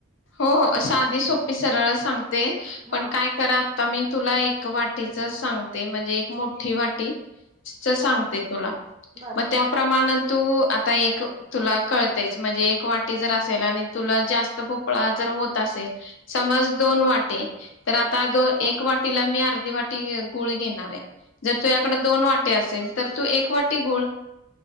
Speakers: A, on the left (about 55°); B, on the right (about 25°).
A: हो हो साधी, सोपी, सरळ सांगत ते
B: हा
A: पण काय कर आता मी तुला एक वाटीच सांगते, म्हणजे एक मोठी वाटी च सांगते
B: हा
A: तुला,
B: बर
A: मग त्या प्रमाणात तू आता एक तुला कळतयचं म्हणजे एक वाटी जर असेल आणि तुला जास्त जर भोपळा जर होत असेल, समज दोन वाटी तर आता तो
B: बर
A: एक वाटीला मी अर्धा वाटी गुळ घेणार आहे. जर तुझ्याकड
B: हम्म
A: दोन वा टी असेल तर तू एक वाटी गुळ,